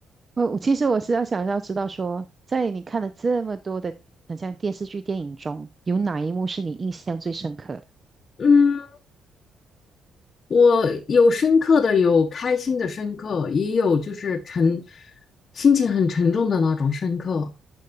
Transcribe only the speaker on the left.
嗯，我有深刻的，有开心的深刻，也有就是沉，心情很沉重的那种深刻。